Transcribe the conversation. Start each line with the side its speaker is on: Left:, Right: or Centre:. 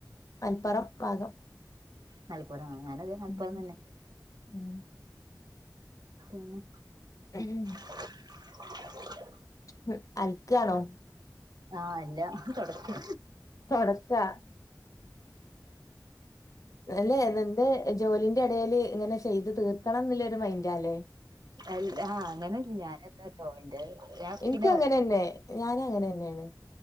Left: മൽപ്പറം ഭാഗം
Right: മലപ്പുറം ഞാനതെ മലപ്പുറം
Left: ഉം
Right: തന്നെ
Left: ഉം
Right: പിന്നെ
Left: ഉം
Right: <unintelligible>
Left: ഉം അൽക്കാണോ
Right: ആഹ് അല്ല തൊടക്കാ
Left: തൊടക്കാ അല്ലെ നിന്റെ ജോലിന്റെ ഇടൽ ഇങ്ങനെ ചെയ്ത് തീർക്കണം എന്നില്ല ഒരു മൈൻഡല്ലേ
Right: അ ആഹ് അങ്ങനെല്ല ഞാന തോന്നിണ്ട് ഞാൻ
Left: എനിക്ക്
Right: പിന്നെ
Left: അങ്ങനെ
Right: പറഞ്ഞ
Left: തന്നെ ഞാൻ അങ്ങനെ തന്നെയാണ്